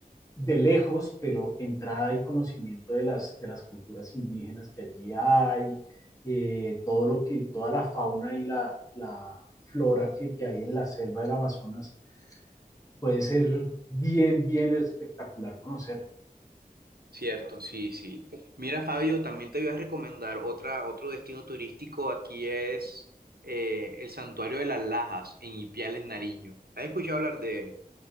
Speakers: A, on the left; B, on the right.
A: de lejos, pero entrada y conocimiento de las, de las culturas indígenas que allí hay, eh, todo lo que, toda la fauna y la, la flora que, que, hay en la selva del Amazonas, puede ser bien, bien espectacular conocerlo.
B: Cierto, sí, sí. Mira, Fabio, también te voy a recomendar otra, otro destino turístico aquí es eh, el Santuario de las Lajas en Ipiales, en Nariño. ¿Has escuchado hablar de él?